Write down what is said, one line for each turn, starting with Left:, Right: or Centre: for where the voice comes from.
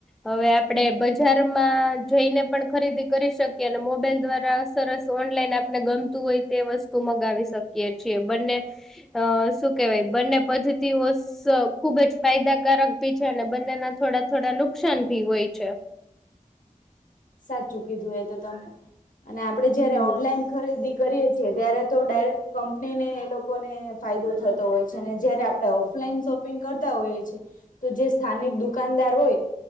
Centre: હવે આપડે જારમા, જોઈને પણ ખરીદી કરી શકીએ અને મોબાઈલ દ્વારા સરસ ઓનલાઈન આપણે, ગમતુ હોય, તે વસ્તુ મગાવી શકીએ છીએ, બને શું કેવાય બંને પદ્ધતિઓ ખુબજ ફાયદાકારક ભી છે. અને બંનેના થોડા થોડા નુકસાન ભી હોય, છે. <unintelligible>
Left: સાચુ કીધુ એ તો તમે અને આપડે
Centre: હમ
Left: જયારે ઓનલાઈન, ખરીદી કરીએ છે, ત્યારે તો ડાયરેક્ટ કંપનીને એ લોકોને ફાયદો થતો હોય છે, અનેને જય્યારે આપણે ઓફલાઈન શોપ પગ કરતા હોય છે, તો જે સ્થાનિક દુકાનદાર હોય